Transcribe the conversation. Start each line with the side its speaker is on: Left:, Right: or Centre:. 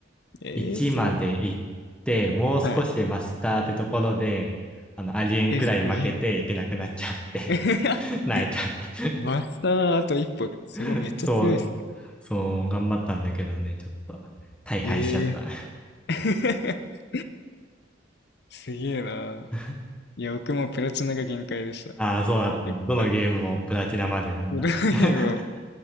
Left: ええすごい。
Centre: 1まで行って、もう少しでマスターってところで、
Left: はい。
Centre: あの、ありえんくらい負けていけなくなっちゃって
Left: え、すげえ。<laughs>
Centre: <laughs> 泣いちゃった
Left: マスターあと一歩。すごい、
Centre: <laughs>
Left: めっちゃ強いですね。
Centre: そう、そう、頑張ったんだけどね、ちょっと、大敗しちゃった
Left: ええ <laughs> すげえな。
Centre: <laughs>
Left: いや、僕もプラチナが限界でした。
Centre: ああ、そうだったんだ。
Left: 限界でさ、
Centre: どのゲームもプラチナまでなんだ。
Left: ソロゲームを
Centre: <laughs>